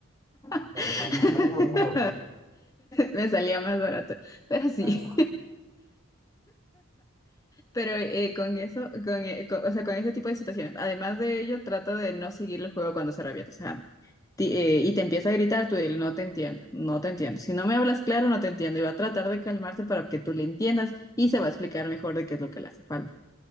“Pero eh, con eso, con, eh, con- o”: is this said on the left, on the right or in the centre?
Left